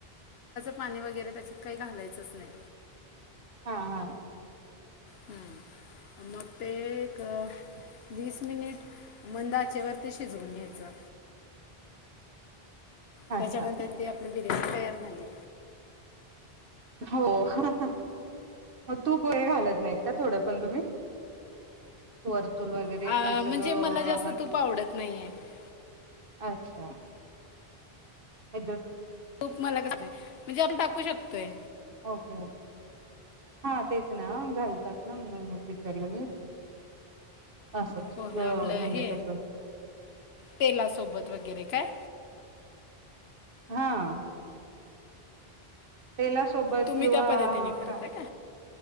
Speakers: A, on the left (about 80°); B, on the right (about 60°).
A: पाणी वगैरे त्याच्यात काही घालायचंच नाही
B: हा हा
A: ह मग ते एक वीस मिनिट मंदाचे वरती शिजवून घ्यायचं त्याच्यानंतर
B: अच्छा
A: ते आपली बिर्याणी तयार झाली
B: हो तू पुोळे घालत नाहीत का थोडं पण तुम्ही वर वगैरे
A: आ,
B: नाही तर
A: म्हणजे मला जास्त
B: आपण
A: तूप आवडत नाही आहे
B: अच्छा यदो
A: खूप मला कस नाही म्हणजे आम्ही टाकू शकतोय
B: ओके ओके हा तेच ना घालतात ना म्हणून विचारलं असंच
A: हो
B: म्हणजे
A: आपलं हे
B: कसं
A: तेलासोबत वगैरे काय
B: हां तेेलासोबत
A: तुम्ही
B: किंवा
A: त्या पद्धतीने
B: आ
A: करताय
B: का